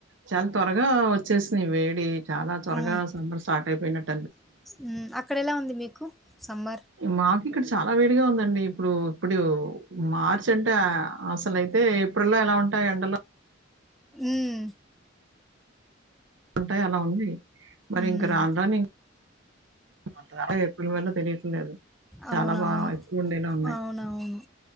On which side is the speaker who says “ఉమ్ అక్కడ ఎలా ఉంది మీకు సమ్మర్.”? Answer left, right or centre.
Centre